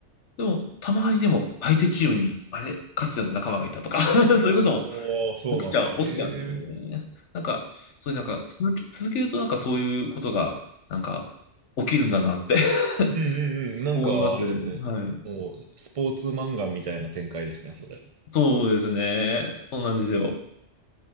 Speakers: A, on the left; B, on the right.
A: でも、たまにでも相手チームに、あれ、かつての仲間がいたとか <laughs> そういうこと
B: おー、そうなんだ。
A: も起きちゃう、
B: へ
A: 起きちゃうんですね。
B: え。
A: なんか、そういうなんか続き、続けるとなんかそういうことが、なんか、起きるんだなって <laughs>
B: うんうんうん。なんか、
A: 思います。
B: あれですね。
A: はい。
B: もう、スポーツ漫画みたいな展開ですね、それ。
A: そうですね。そうなんですよ。